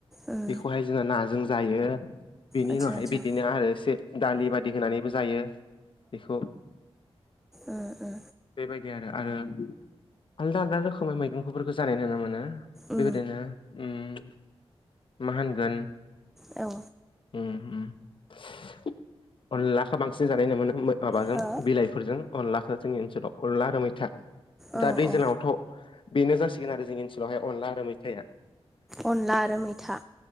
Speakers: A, in the centre; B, on the left.
A: उम
B: बेखौहाय जोङो नाजों जायो। बेनि
A: आदसा
B: उनावहाय
A: आदसा
B: बिदिनो आरो एसे दालि बायदि होनानैबो जायो बेखौ
A: ओ ओ।
B: बेबायदि आरो आरो आलदा आलदा रोखोमै मैगंफोरखौ जानाय नुनो मोनो।
A: उम
B: बेबायदिनो उम <inaudible> मा होनगोन
A: औ।
B: उम उम अनलाखौ बांसिन जानाय नुनो मोनो माबाजों
A: हो
B: बिलाइजो फोरजों अनलाखौ जोंनि ओनसोलाव अनला आरो मैथा।
A: औ
B: दा दैज्लांङावथ'
A: औ
B: बेनो जासिगोन आरो जोंनि ओनसोलावहाय अनला आरो मैथाया।
A: अनला आरो मैथा